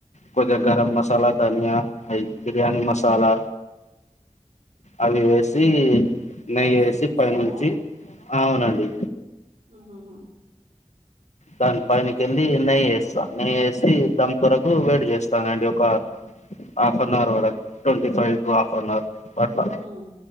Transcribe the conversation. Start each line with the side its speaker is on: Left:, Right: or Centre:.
Left: కొది గరం మసాలా ధనియా అవి బిర్యానీ మసాలా అవేసి నెయ్యేసి
Right: రైస్ మీద వేస్తారా
Left: పై నుంచి ఆవునండి
Right: ఉహు హు
Left: దాని పైనకెళ్ళి నెయ్యి ఏస్తా నెయ్యేసి దమ్కూరకు వేడి చేస్తానండి ఒక హాఫ్ అన్ అవర్ వర twenty five to half an hour వరకు
Right: ఉమ్